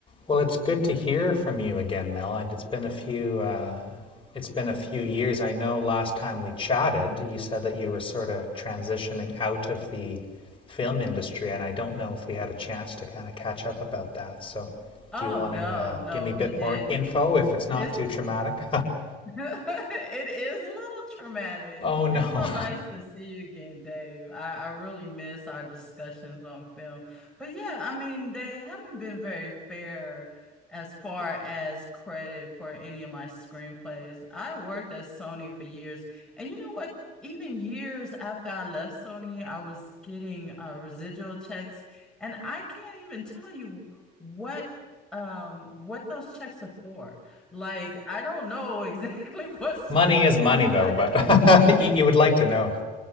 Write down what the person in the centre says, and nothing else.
Oh
no,
no,
we
didn't.
It's
<laughs> It is a little traumatic.
It's so nice to see you again, Dave. I, I really miss our discussions on film. But yeah, I mean, they haven't been very fair as far as credit for any of my screenplays. I worked at Sony for years, and you know what? Even years after I left Sony, I was getting uh, residual checks, and I can't even tell you what um what those checks are for. Like, I don't know exactly <laughs> what
script
they decided
to. <laughs>